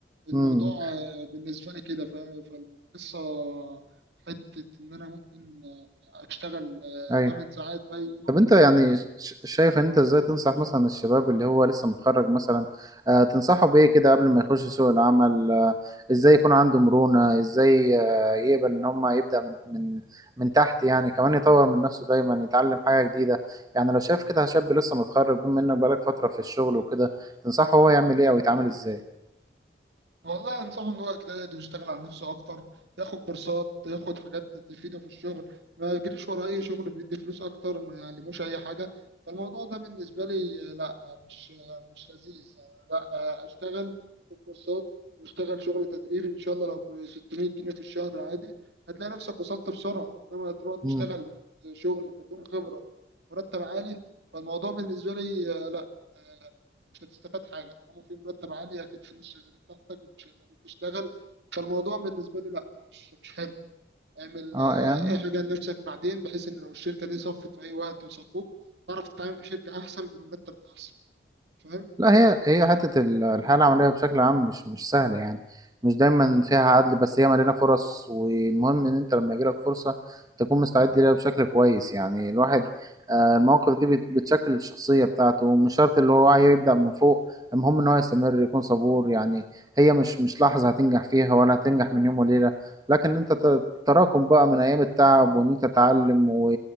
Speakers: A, on the right; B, on the right.
A: الموضوع
B: امم
A: آه، بالنسبة لي كده ف- فالقصة حتة إن أنا ممكن آه، أشتغل
B: ايوه
A: آه، 8 ساعات في أي يوم
B: طب انت يعني
A: أنا حبيبي
B: ش- شايف ان انت ازاي تنصح مثلا الشباب اللي هو لسه متخرج مثلا آه تنصحه بايه كده قبل ما يخش سوق العمل آه ازاي يكون عنده مرونة ازاي آه يقبل ان هم يبدأ من من من تحت يعني كمان يطور من نفسه دايما يتعلم حاجة جديدة يعني لو شايف كده شاب لسه متخرج بما انك بقالك فترة في الشغل وكده تنصحه هو يعمل ايه او يتعامل ازاي
A: والله انصحه ان هو يجتهد ويشتغل على نفسه اكتر ياخد كورسات ياخد حاجات تفيده في الشغل ما يجريش ورا اي شغل بيدي فلوس اكتر ما يعلموش اي حاجه فالموضوع ده بالنسبه لي آه، لا آه، مش آه، مش لذيذ آه، لا آه، اشتغل خد كورسات واشتغل شغل تدريبي ان شاء الله لو ب 600 جنيه في الشهر عادي هتلاقي نفسك وصلت بسرعه انما تروح
B: امم
A: تشتغل شغل بدون خبره مرتب عالي فالموضوع بالنسبه لي آه، لا مش هتستفاد حاجه طالما في مرتب عالي اكيد في ناس شغالين تحتك مش هيخلوك تشتغل فالموضوع بالنسبه لي لا مش مش حلو اعمل
B: اه
A: آه،
B: يعني
A: اي حاجه لنفسك بعدين بحيث ان لو الشركه دي صفت في اي وقت وصفوك تعرف تتعامل في شركه احسن بمرتب احسن فاهم
B: لا هي هي حتة ال- الحياة العملية بشكل عام مش مش سهلة يعني مش دايما فيها عدل بس هي مليانة فرص والمهم إن أنت لما يجيلك فرصة تكون مستعد ليها بشكل كويس يعني الواحد آه، المواقف دي بت- بتشكل الشخصية بتاعته مش شرط اللي هو يبدأ من فوق المهم إن هو يستمر يكون صبور يعني هي مش مش لحظة هتنجح فيها ولا هتنجح من يوم وليلة لكن أنت ت- تراكم بقى من أيام التعب وإن أنت تتعلم و...